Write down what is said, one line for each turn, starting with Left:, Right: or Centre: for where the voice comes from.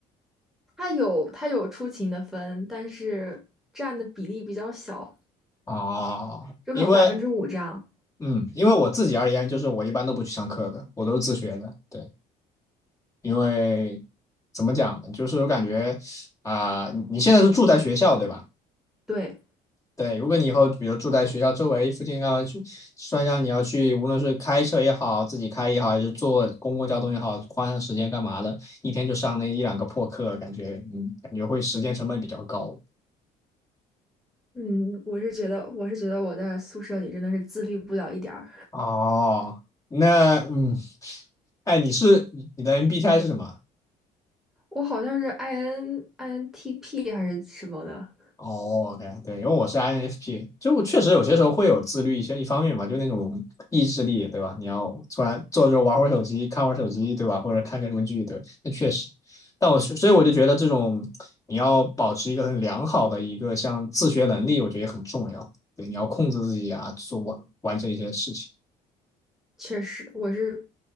Centre: 他有他有出勤的分，但是占的比例比较小，
Left: 哦。
Centre: 就可能百分之五这样。
Left: 因为嗯，因为我自己而言，就是我一般都不去上课的，我都是自学的，对，因为怎么讲呢，就是我感觉啊、你现在是住在学校对吧？
Centre: 对，
Left: 对，如果你以后比如住在学校周围附近干嘛去，算上你要去，无论是开车也好，自己开也好，还是坐公共交通也好，花上时间干嘛的，一天就上那一两个破课，感觉嗯，感觉会时间成本比较高。
Centre: 嗯，我是觉得我是觉得我在宿舍里真的是自律不了一点儿，
Left: 哦，那嗯，哎，你是你的 MBTI 是什么？
Centre: 我好像是 IN INTP 还是什么的。
Left: 哦，OK，对，因为我是 INFP，就确实有些时候会有自律一些一方面嘛，就那种意志力，对吧？你要突然坐着玩会儿手机，看会儿手机，对吧？或者看个什么剧，对，那确实。但我是所以我就觉得这种你要保持一个很良好的一个像自学能力，我觉得也很重要。对，你要控制自己啊，做完完成一些事情。
Centre: 确实，我是